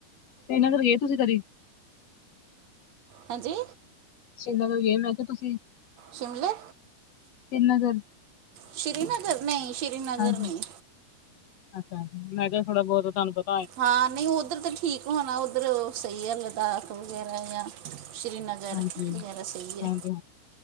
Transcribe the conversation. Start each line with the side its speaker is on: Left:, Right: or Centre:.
Left: ਤੇ ਇਹਨਾਂ ਘਰ ਗਏ ਤੁਸੀਂ ਕਦੀ।
Right: ਹਾਂਜੀ।
Left: ਸ੍ਰੀਨਗਰ ਗਏ, ਮੈਂ ਕਿਹਾ ਤੁਸੀਂ।
Right: ਸ਼ਿਮਲੇ,
Left: ਸ੍ਰੀਨਗਰ
Right: ਸ਼੍ਰੀਨਗਰ, ਨਹੀਂ ਸ਼੍ਰੀਨਗਰ
Left: ਹਾਂਜੀ
Right: ਨਹੀਂ।
Left: ਅੱਛਾ, ਮੈਂ ਕਿਹਾ ਥੋਡਾ ਬਹੁਤ ਧੰਨਵਾਦ।
Right: ਹਾਂ, ਨਹੀਂ ਉੱਧਰ ਤਾਂ ਠੀਕ ਹੋਣਾ, ਉੱਧਰ ਸਹੀ ਆ, ਲਦਾਖ ਵਗੈਰਾ ਜਾਂ ਸ਼੍ਰੀਨਗਰ।
Left: ਹਾਂਜੀ
Right: ਘਰ ਵਗੈਰਾ ਸਹੀ
Left: ਹਾਂਜੀ
Right: ਐ,